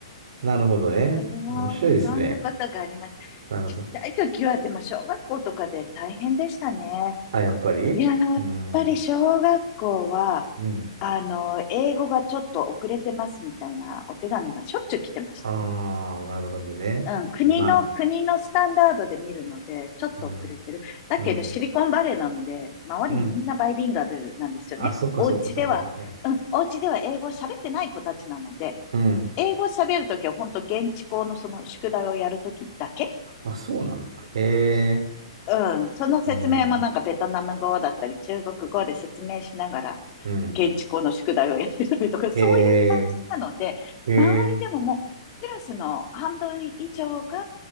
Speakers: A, on the right (about 60°); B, on the left (about 40°).
A: なるほどね。
B: あ
A: 面白いですね。
B: あ、そんなことがあります。
A: なるほど。
B: ちっちゃい時は、でも小学校とかで大変でしたね。
A: あ、やっぱりうん。
B: いや、やっぱり小学校は、
A: うん。
B: あの、英語がちょっと遅れてますみたいなお手紙がしょっちゅう来てました。
A: ああ、なるほどね。
B: うん、国の、
A: まあ、
B: 国のスタンダードで見るので、ちょっと遅れてる。
A: うん。
B: だけど、
A: うん。
B: シリコンバレーなので、周りみんなバイリンガルなんですよね。
A: うん。あ、そっかそっかそっかそっか。
B: お家では、うん、お家では英語を喋ってない子たちなので、
A: うん。
B: 英語を喋るときは本当現地校のその宿題をやるときだけ
A: あ、そうなんだ。へえ。
B: うん。その説明もなんかベトナム語だったり中国語で説明しながら
A: うん。うん。
B: 現地校の宿題をやってたりとか、そういう感じなので、
A: へえ。へえ。
B: 周りでももうクラスの半分以上が